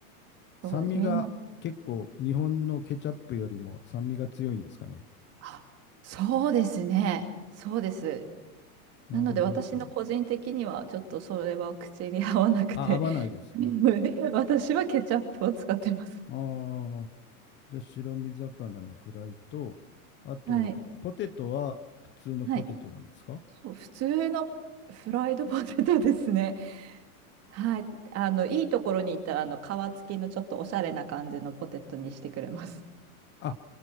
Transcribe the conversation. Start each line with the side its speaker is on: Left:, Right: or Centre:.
Left: 酸味が結構日本のケチャップよりも酸味が強いんですかね。
Right: そうです。みんなあそうですね。そうです。
Left: なるほど。
Right: なので私の個人的にはちょっとそれは口に合わなくて
Left: あ、合わないですか
Right: <laughs> 私はケチャップを使ってます。
Left: ああー。じゃあ白身魚のフライと、あと、
Right: はい。
Left: ポテトは普通のポテトなんですか
Right: はい。そう、普通のフライドポテトですね。はい。あの、いいところに行ったら、あの、皮付きのちょっとおしゃれな感じのポテトにしてくれます。
Left: あ、